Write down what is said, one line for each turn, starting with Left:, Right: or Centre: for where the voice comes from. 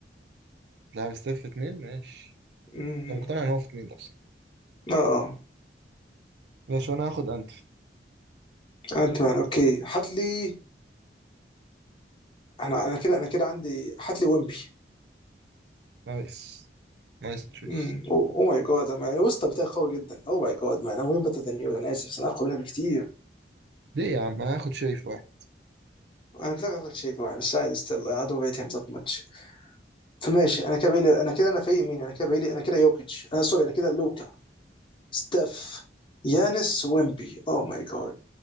Right: لاعب ستيف في اتنين ماشي
Left: أمم،
Right: انت مقتنع ان هو في اتنين اصلا
Left: اه اه
Right: ماشي وانا هاخد انت
Left: انت مان اوكي هات لي انا انا كده انا كده عندي هات لي ويمبي
Right: نايس نايس تشويس
Left: أمم، اوه ماي جاد انا الوسط بتاعي قوي جدا اوه ماي جاد مان انا وين بتاع انا اسف انا اقوى منها بكتير
Right: ليه يا عم هاخد شايف واحد
Left: انا بتلعب شيء معي بس عادي ستيل I don't rate him that much فماشي انا كده بعيلي انا كده انا فريق مين انا كده بعيلي انا كده يوكيتش انا سوري انا كده لوكا ستاف يانس ويمبي او ماي جاد